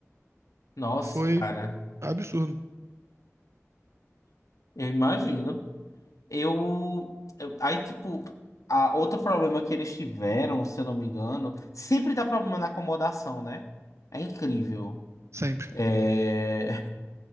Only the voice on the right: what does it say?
Foi
absurdo.
Sempre.